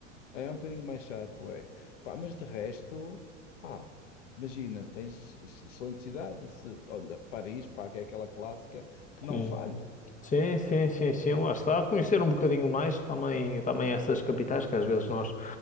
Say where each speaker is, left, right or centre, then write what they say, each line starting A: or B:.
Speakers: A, on the left; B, on the left.
A: é um bocadinho mais chato, é. Pá, mas de resto, pá, imagina, tens ex- excelentes cidades, se- olha, Paris, pá, que é aquela clássica que não
B: Sim,
A: falha.
B: Sim, sim, sim, sim, lá está. Conhecer um bocadinho mais também, também essas capitais, que às vezes nós